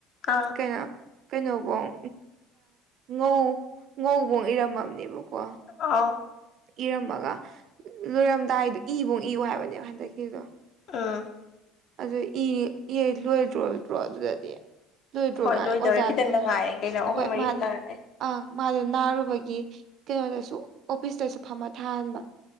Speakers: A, on the left (about 55°); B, on the right (about 55°).
A: ꯑꯥꯎ
B: ꯀꯩꯅꯣ ꯀꯩꯅꯣꯐꯣꯡ ꯉꯧ ꯉꯧꯕꯣꯡ ꯏꯔꯝꯃꯅꯦꯕꯀꯣ
A: ꯑꯥꯎ
B: ꯏꯔꯝꯃꯒ ꯂꯣꯏꯔꯝꯗꯥꯏꯗꯣ ꯏꯕꯧ ꯏꯌꯨ ꯍꯥꯏꯕꯅꯦꯕ ꯍꯟꯗꯛꯀꯤꯗꯣ
A: ꯎꯥ
B: ꯑ ꯑꯗꯨ ꯂꯣꯏꯗ꯭ꯔꯣꯕꯗ꯭ꯔꯣ ꯑꯗꯨꯗꯗꯤ ꯂꯣꯏꯗ꯭ꯔꯣ
A: ꯍꯣꯏ
B: ꯀꯥꯟꯗ
A: ꯂꯣꯏꯗꯧꯔꯦ
B: ꯑꯣꯖꯥꯗꯨꯅꯦ
A: ꯈꯤꯇꯪꯗ ꯉꯥꯏꯔꯦ ꯀꯩꯅꯣ ꯑꯍꯨꯝ
B: ꯍꯣꯏ
A: ꯃꯔꯤ
B: ꯃꯥꯅꯦ
A: ꯈꯛꯇꯪ
B: ꯑꯪ ꯃꯥꯗꯣ ꯅꯥꯔꯨꯕꯒꯤ ꯀꯩꯅꯣꯗꯁꯨ ꯑꯣꯐꯤꯁꯇꯁꯨ ꯐꯝꯃ ꯊꯥꯍꯟꯕ